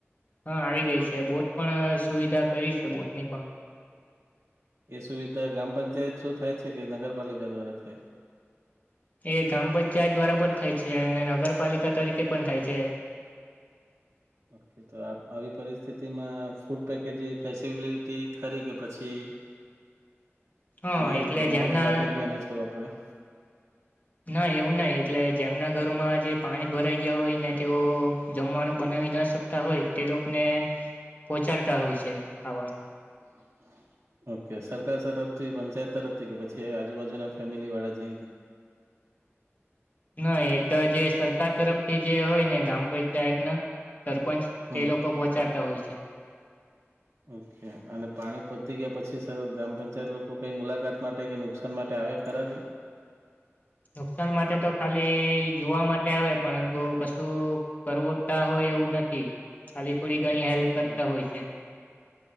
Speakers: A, on the left; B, on the right.
A: હા આવી ગઈ છે બોટ પણ સુવિધા કરી છે બોટની પણ
B: એ સુવિધા ગ્રામ પંચાયત થ્રુ થાય છે કે નગરપાલિકા દ્વારા થાય
A: એ ગ્રામ પંચાયત દ્વારા પણ થાય છે અને નગરપાલિકા તરીકે પણ થાય છે.
B: ઓકે તો તો આ આવી પરિસ્થિતિમાં ફૂડ પેકેજ જેવું ફેસબિલિટી ખરી કે પછી
A: હા
B: એ
A: એટલે
B: જમવાનું
A: જેમના
B: જાતે જ મેનેજ કરવા પડે.
A: ના એવું નહિ એટલે જેમના ઘરોમાં જે પાણી ભરાઈ ગયા હોય ને તેઓ જમવાનું બનાવી ન શકે તા હોય તે લોકોને પહોંચાડતા હોય છે ખાવાનું
B: હા. ઓકે સરકાર તરફથી પંચાયત તરફથી કે પછી આજુબાજુના ફેમિલીવાળા જે
A: ના એ તો જે સરકાર તરફથી જે હોય ને ગ્રામ પંચાયત ના સરપંચ
B: હમ
A: તે લોકો પહોંચાડતા હોય છે.
B: ઓકે અને પાણી પોચી ગયા પછી સર ગ્રામ પંચાયત લોકો કઈ મુલાકાત માટે કે નુકશાન માટે આવે ખરા કે
A: નુકસાન માટે તો ખાલી જોવા માટે આવે પરંતુ કશું કરવોતા હોય એવું નથી ખાલી થોડી ઘણી હેલ્પ
B: હમ,
A: કરતા હોય છે.